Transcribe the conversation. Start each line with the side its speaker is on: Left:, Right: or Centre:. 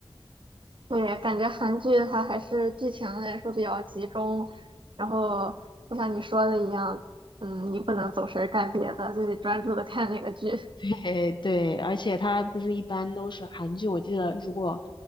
Right: 对，感觉韩剧它还是剧情来说比较集中，然后就像你说的一样，嗯，你不能走神儿干别的，就得专注的看那个剧。
Left: 对 <laughs> 对，而且它不是一般都是韩剧，我记得如果